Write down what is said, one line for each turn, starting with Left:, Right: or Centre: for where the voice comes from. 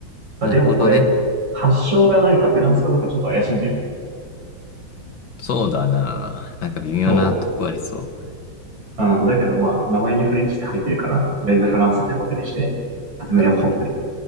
Right: まあ、
Left: なるほどね。
Right: でもこれ、発祥がなんかフランスかどうかちょっと怪しいんだよね。
Left: そうだな。なんか微妙なとこありそ
Right: そう。うん。だけどまあ、名前にフレンチって入ってるから、とりあえずフランスってことにして、進めようと思って。
Left: う。なるほどね。